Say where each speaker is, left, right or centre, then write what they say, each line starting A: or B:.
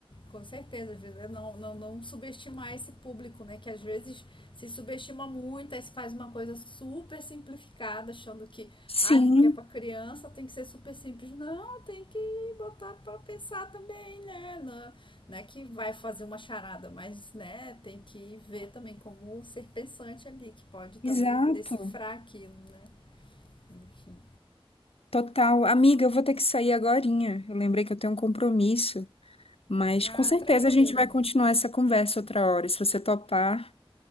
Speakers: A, on the left; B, on the left.
A: Com certeza, é não, não, não subestimar esse público, né? Que às vezes se subestima muito, aí se faz uma coisa super simplificada, achando que,
B: Sim,
A: ai, porque é para criança, tem que ser super simples. Não, tem que botar para pensar também, né? Não, não é que vai fazer uma charada, mas, né, tem que ver também como ser pensante ali, que pode também
B: exato.
A: decifrar aquilo, né? Enfim.
B: Total. Amiga, eu vou ter que sair agorinha. Eu lembrei que eu tenho um compromisso, mas
A: Ah,
B: com certeza
A: tranquilo.
B: a gente vai continuar essa conversa outra hora. Se você topar